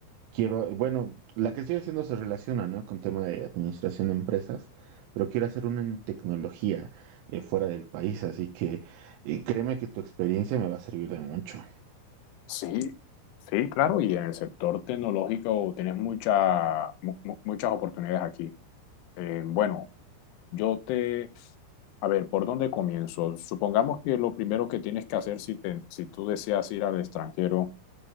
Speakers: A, on the right; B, on the left.
A: quiero, bueno, la que estoy haciendo se relaciona, ¿no? con tema de administración de empresas, pero quiero hacer una en tecnología eh, fuera del país, así que eh, créeme que tu experiencia me va a servir de mucho.
B: Sí, sí, claro, y en el sector tecnológico tienes mucha- mu- mu- muchas oportunidades aquí. Eh, bueno, Yo te, a ver, ¿por dónde comienzo? Supongamos que lo primero que tienes que hacer si, te, si tú deseas ir al extranjero